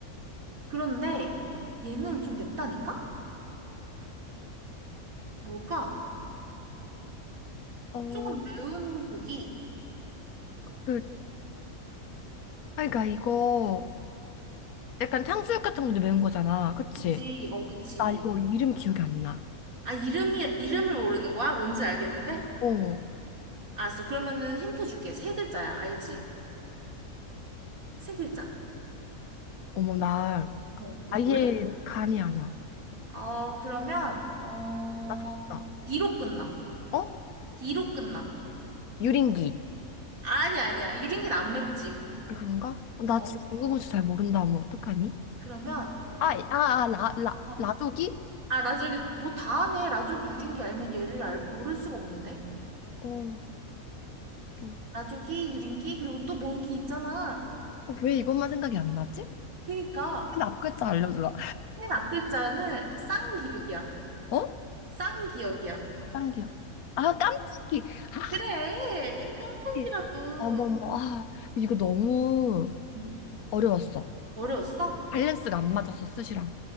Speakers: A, on the right (about 70°); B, on the left (about 80°).
A: 그런데 얘는 좀 맵다니까? 뭘까?
B: 어,
A: 조금 매운 고기.
B: 그, 아, 그러니까 이거 약간 탕수육 같은 건데 매운 거잖아. 그치?
A: 그치, 어, 그치.
B: 나 이거 이름 기억이 안 나.
A: 아, 이름이, 이름을 모르는 거야? 뭔지 알겠는데?
B: 어,
A: 알았어. 그러면은 힌트 줄게. 세 글자야. 알지? 세 글자.
B: 어머, 나
A: 어, 이거
B: 아예
A: 몰라?
B: 감이 안 와.
A: 어, 그러면, 어,
B: 나 졌다.
A: 기로 끝나.
B: 어?
A: 기로 끝나.
B: 유린기.
A: 아니, 아니야. 유린기는 안 맵지.
B: 그런가? 어, 나
A: 어,
B: 진짜 중국 음식 잘 모른다. 뭐, 어떡하니?
A: 그러면,
B: 아, 아, 아, 라, 라,
A: 어,
B: 라조기?
A: 아, 라조기, 뭐 다 하네. 라조기 유린기 알면 얘를 알, 모를 수가 없는데?
B: 어, 저기.
A: 나조기, 유린기, 그리고 또 뭔 기 있잖아.
B: 어, 왜 이것만 생각이 안 나지?
A: 그니까
B: 근데 앞글자 알려주라.
A: 맨 앞글자는 쌍기역이야.
B: 어?
A: 쌍기역이야.
B: 다른 기억. 아, 깜짝이. 아,
A: 그래, 깐풍기라고.
B: 예. 어머머. 아, 이거 너무
A: 응,
B: 어려웠어.
A: 어려웠어?
B: 밸런스가 안 맞았어, 스시랑.